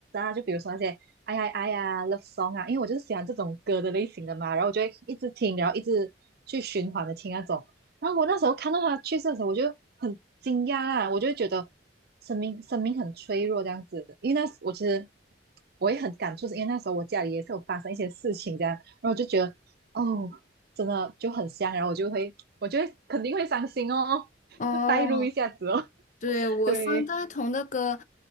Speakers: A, on the right; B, on the left.
A: 就比如说那些哎呀哎啊 love song 啊，因为我就是喜欢这种歌的类型的嘛，然后我就会一直听，然后一直去循环的听那种。然后我那时候看到他去世的时候，我就很惊讶啦，我就会觉得生命生命很脆弱这样子，因为那时我其实我也很感触，是因为那时候我家里也是有发生一些事情这样，然后我就觉得哦，真的就很香，然后我就会我就会肯定会伤心哦，<laughs>
B: 哦
A: 代入一下子哦，
B: 对，我方大同的歌，
A: 对